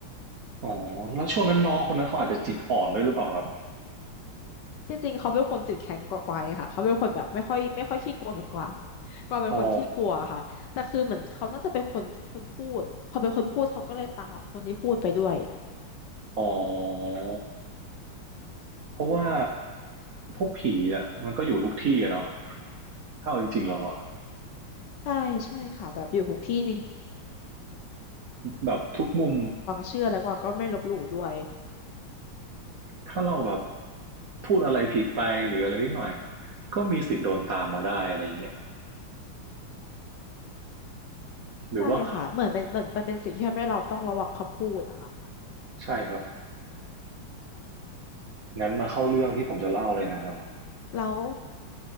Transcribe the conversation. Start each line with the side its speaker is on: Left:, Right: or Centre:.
Right: อ๋อแล้วช่วงนั้นน้องคนนั้นเขาอาจจะจิตอ่อนด้วยหรือเปล่าครับ
Left: จริงๆเขาเป็นคนจิตแข็งกว่ากวางค่ะเขาเป็นคนแบบไม่ค่อยไม่ค่อยขี้กลัวเหมือนกวางกวางเป็นคนขี้กลัวค่ะแต่คือเหมือนเขาน่าจะเป็นคนที่คนพูดพอเป็นคนพูดเขาก็เลยตามคนที่พูดไปด้วย
Right: อ๋ออ๋อเพราะว่าพวกผีอะมันก็อยู่ทุกที่อะเนาะถ้าเอาจริงๆแล้วอะ
Left: ใช่ใช่ค่ะแบบอยู่ทุกที่จริง
Right: แบบทุกมุม
Left: เชื่อ ไม่ลบหลู่ด้วย
Right: ถ้าเราแบบพูดอะไรผิดไปหรืออะไรนิดหน่อยก็มีสิทธิ์โดนตามมาได้อะไรอย่างเงี้ยหรือว่า
Left: ใช่ค่ะเหมือนเป็นเหมือนมันเป็นสิ่งที่ทำให้เราต้องระวังคำพูดอะค่ะ
Right: ใช่ครับงั้นมาเข้าเรื่องที่ผมจะเล่าเลยนะฮะ
Left: แล้ว